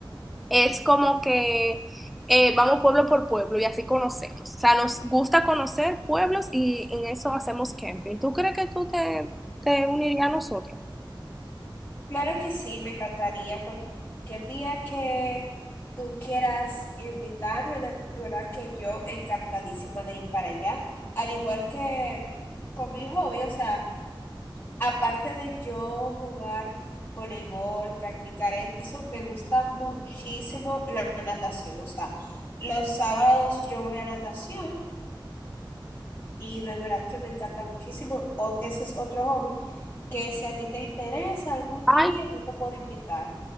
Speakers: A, in the centre; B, on the left (about 25°).
A: es como que eh, vamos pueblo por pueblo y así conocemos. O sea, nos gusta conocer pueblos y en eso hacemos camping. ¿Tú crees que tú te, te unirías a nosotros?
B: Claro que sí, me encantaría. Cualquier día que tú quieras invitarme, de de verdad que yo encantadísima de ir para allá. Al igual que con mi hobby, o sea, aparte de yo jugar voleibol, practicar eso, me gusta muchísimo la natación. O sea, los sábados yo voy a natación y de verdad que me encanta muchísimo. O- ese es otro hobby que si a ti te interesa algún
A: Ay,
B: día, yo te puedo invitar.